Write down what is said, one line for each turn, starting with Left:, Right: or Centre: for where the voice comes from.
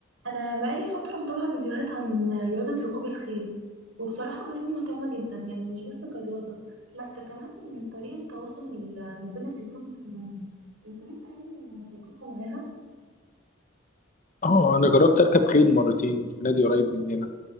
Right: انا بقالي فتره متابعه فيديوهات عن رياضه ركوب الخيل وبصراحه بقيت مهتمه جدا يعني مش بس كرياضه لا كمان من طريقه تواصل ما بين الانسان والحيوان انت ليك اي تجربه معاها
Left: اه انا جربت اركب خيل مرتين في نادي قريب مننا